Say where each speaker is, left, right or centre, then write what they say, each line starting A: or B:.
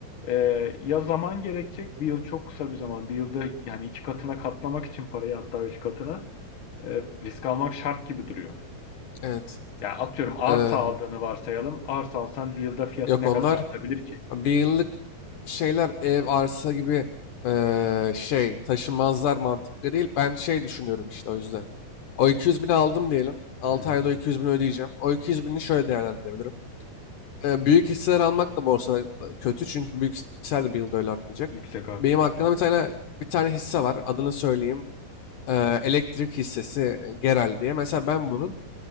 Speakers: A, on the left; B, on the left.
A: e, ya zaman gerekecek. Bir yıl çok kısa bir zaman. Bir yılda yani iki katına katlamak için parayı hatta üç katına e, risk almak şart gibi duruyor.
B: Evet.
A: Yani atıyorum arsa
B: Ee,
A: aldığını varsayalım. Arsa alsan bir yılda fiyatı
B: yok
A: ne
B: onlar
A: kadar artabilir ki?
B: Ha, Bir yıllık şeyler ev, arsa gibi eee, şey taşınmazlar mantıklı değil. Ben şey düşünüyorum işte o yüzden. O 200 bini aldım diyelim. 6
A: Hı hı.
B: ayda o 200 bini ödeyeceğim. O 200 bini şöyle değerlendirebilirim. Eee, büyük hisseler almak da borsada da kötü çünkü büyük hisseler de bir yılda öyle artmayacak.
A: Yüksek artış
B: Benim
A: yok
B: hakkında
A: evet.
B: bir tane bir tane hisse var. Adını söyleyeyim. Eee, elektrik hissesi e, Geral diye. Mesela ben bunun